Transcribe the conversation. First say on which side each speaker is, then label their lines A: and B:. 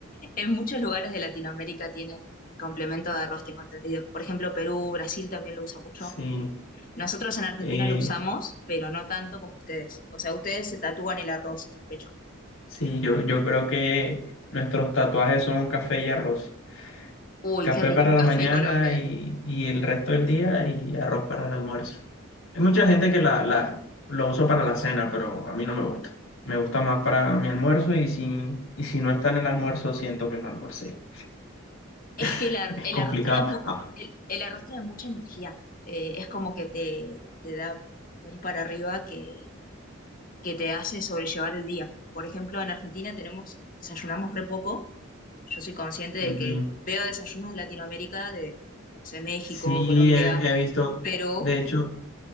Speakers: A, on the left (about 40°); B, on the left (about 75°).
A: En muchos lugares de Latinoamérica tienen complemento de arroz, tengo entendido. Por ejemplo, Perú, Brasil también lo usa mucho.
B: Sí,
A: Nosotros en Argentina
B: eh,
A: lo usamos, pero no tanto como ustedes. O sea, ustedes se tatúan el arroz en el pecho.
B: sí, yo, yo creo que nuestros tatuajes son café y arroz.
A: Uy,
B: Café
A: qué rico
B: para
A: el café
B: la mañana
A: colombiano.
B: y, y el resto del día y arroz para el almuerzo. Hay mucha
A: Eh,
B: gente que la, la, lo usa para la cena, pero a mí no me gusta. Me gusta más para mi almuerzo y si, y si no está en el almuerzo, siento que no almorcé.
A: Es que
B: <laughs>
A: el, ar-
B: Es
A: el
B: complicado.
A: arroz trae mu-
B: Ah,
A: el, el arroz trae mucha energía. Eh, es como que te, te da un para arriba que, que te hace sobrellevar el día. Por ejemplo, en Argentina tenemos, desayunamos re poco yo soy consciente
B: ujú.
A: de que veo desayunos de Latinoamérica, de, no sé, México,
B: Sí,
A: Colombia,
B: he, he visto,
A: Perú
B: de hecho,